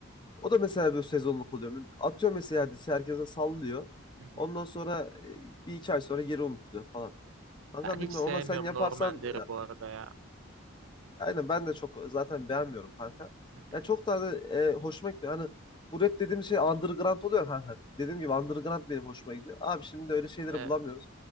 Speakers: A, on the left (about 20°); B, on the right (about 65°).
A: o da mesela bir sezonluk oluyor. Atıyor mesela dizi herkese sallıyor.
B: hı hı.
A: Ondan sonra e, bir iki ay sonra geri unutuluyor falan. Kanka
B: Ben hiç
A: bilmiyorum
B: sevmiyorum
A: ama sen yaparsan
B: Normander'i bu arada ya.
A: Aynen ben de çok e, zaten beğenmiyorum kanka.
B: Hı hı.
A: Ya çok da hani e, hoşuma gidiyor. Hani bu rap dediğim şey underground oluyor kanka. Dediğim gibi underground benim hoşuma gidiyor. Abi şimdi öyle şeyleri
B: Evet,
A: bulamıyoruz.